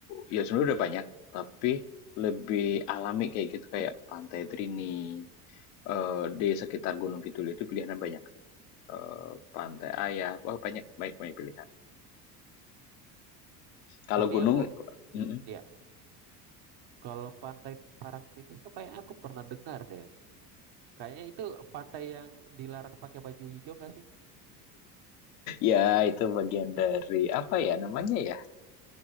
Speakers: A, on the left (about 70°); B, on the right (about 55°).
A: ya sebenarnya udah banyak, tapi lebih alami kayak gitu kayak Pantai Trini eh, di sekitar Gunung Kidul itu pilihannya banyak sih. Eh, Pantai Ayah, oh banyak baik banyak pilihan. Kalau
B: Tapi
A: gunung,
B: aku,
A: mm, mm.
B: ya, kalau pantai Parangtritis itu kayaknya aku pernah dengar deh. Kayaknya itu pantai yang dilarang pakai baju hijau nggak sih?
A: ya itu bagian dari apa ya namanya ya?